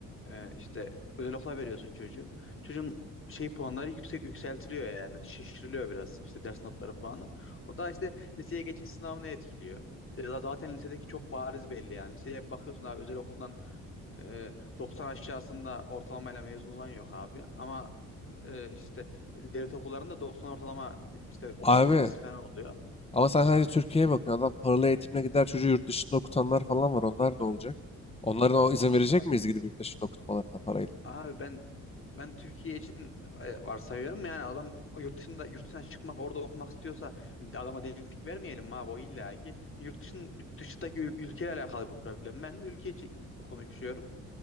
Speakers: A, on the left; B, on the left.
A: e, işte özel okula veriyorsun çocuğu. Çocuğun şey puanları yüksek yükseltiliyor yani şişiriliyor biraz işte ders notları puanı. O da işte liseye geçiş sınavını etkiliyor. İşte za- zaten lisedeki çok bariz belli yani. Liseye bakıyorsun abi özel okuldan e, 90 aşağısında ortalamayla mezun olan yok abi. Ama e, işte devlet okullarında 90 ortalama işte okul
B: Abi
A: birincisi falan oluyor.
B: ama sen hani Türkiye'ye bakıyorsun. Adam paralı eğitimine gider çocuğu yurt dışında okutanlar falan var. Onlar ne olacak? Onlara o izin verecek
A: Abi,
B: miyiz gidip yurt dışında okutmalarına parayla?
A: abi ben ben Türkiye için e, varsayıyorum yani adam yurt dışında yurt dışına çıkmak orada okumak istiyorsa hani adama denklik vermeyelim mi abi o illa ki yurt dışın yurt dışındaki ül- ülkeyle alakalı bu problem. Ben ülke için konuşuyorum.